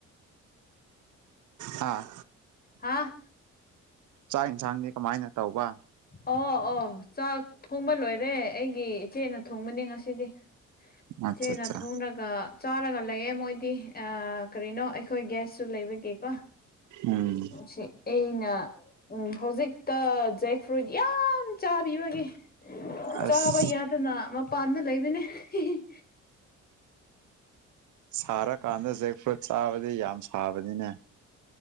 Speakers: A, on the right; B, on the left.
A: ꯑꯥ
B: ꯍꯥꯥ
A: ꯆꯥꯛ ꯌꯦꯟꯁꯥꯡꯗꯤ ꯀꯃꯥꯏꯅ ꯇꯧꯕ?
B: ꯑꯣ- ꯑꯣ ꯆꯥꯛ ꯊꯣꯡꯕ ꯂꯣꯏꯔꯦ ꯑꯩꯒꯤ ꯏꯆꯦꯅ ꯊꯣꯡꯒꯅꯤ ꯉꯁꯤꯗꯤ꯫
A: ꯑꯠꯆꯥ
B: ꯆꯦꯅ
A: ꯑꯠꯆꯥ
B: ꯊꯣꯡꯔꯒ ꯆꯥꯔꯒ ꯂꯩꯌꯦ ꯃꯣꯏꯗꯤ ꯑꯥ ꯀꯔꯤꯅꯣ ꯑꯩꯈꯣꯏ ꯒꯌ꯭ꯥꯁꯁꯨ ꯂꯩꯕꯒꯦꯀꯣ꯫
A: ꯎꯝ
B: ꯁꯤ ꯑꯩꯅ ꯎꯝ ꯍꯧꯖꯤꯛꯇꯖꯦꯛ ꯐ꯭ꯔꯨꯏꯠ ꯌꯥꯝ ꯆꯥꯕꯤꯕꯒꯤ
A: ꯑꯁ
B: ꯆꯥꯕ ꯌꯥꯗꯅ ꯄꯅ ꯂꯩꯕꯅꯦ ꯍꯤ ꯍꯤ
A: ꯁꯥꯔꯀꯥꯟꯗ ꯖꯦꯛ ꯐ꯭ꯔꯨꯠ ꯆꯥꯕꯗꯤ ꯌꯥꯝ ꯁꯥꯕꯅꯤꯅꯦ꯫